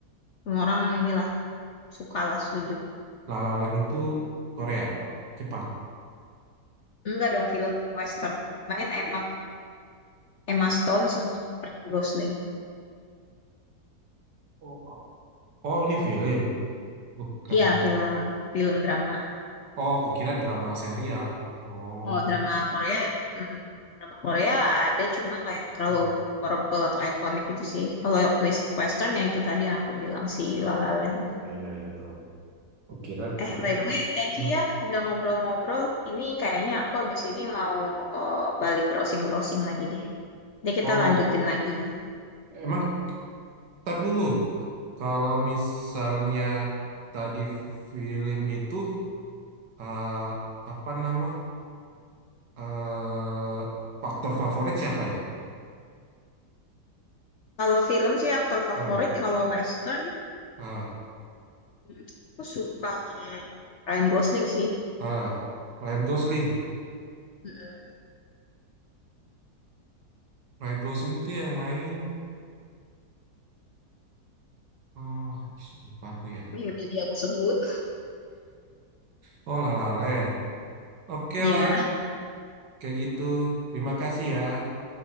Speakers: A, on the left; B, on the right.
A: semua orang inilah suka lah setuju.
B: La La Land itu Korea, Jepang.
A: Enggak dong film western. Main Emma Emma Stone sama Ryan Gosling.
B: Oh, oh. Oh, ini film, bukan.
A: Iya film film drama.
B: Oh, aku kira drama serial. Oh,
A: Oh drama Korea, hmm, drama Korea ada cuma nggak yang terlalu
B: hmm.
A: memorable atau ikonik gitu sih. Kalau wes- westernnya itu tadi yang aku bilang si
B: Ah,
A: La La Land.
B: eh, iya iya tahu. Kukira
A: Eh
B: kita
A: by the way, thank
B: hmm,
A: you ya udah ngobrol-ngobrol. Ini kayaknya aku habis ini mau eh, balik browsing-browsing lagi deh. Jadi
B: oh,
A: kita lanjutin lagi ya.
B: emang tar dulu. Kalau misalnya tadi fi- film itu eh, apa nama eh faktor favorit siapa ya?
A: Kalau film sih aktor favorit
B: Ah,
A: kalau western hmm,
B: ah,
A: Hmm, Aku suka Ryan Gosling sih.
B: ah. Ryan Gosling.
A: Hmm,
B: Ryan Gosling itu yang main. Oh, lupa aku ya.
A: Yang tadi aku sebut.
B: Oh, La La Land. Oke
A: Iya.
B: lah, kayak gitu. Terima kasih ya